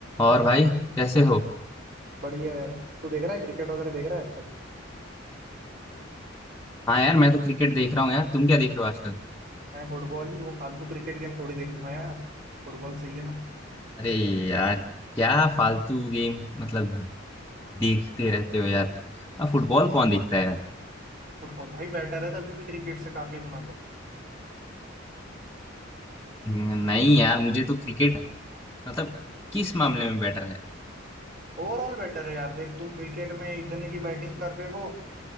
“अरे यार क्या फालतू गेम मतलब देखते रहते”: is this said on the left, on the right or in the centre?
Left